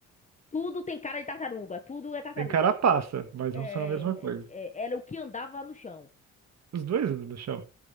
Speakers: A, on the left; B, on the right.
A: tudo tem cara de tartaruga. Tudo
B: <laughs>
A: é tartaruga.
B: Tem carapaça, mas
A: É,
B: não são a mesma coisa.
A: é- é, era o que andava no chão.
B: Os dois andam no chão.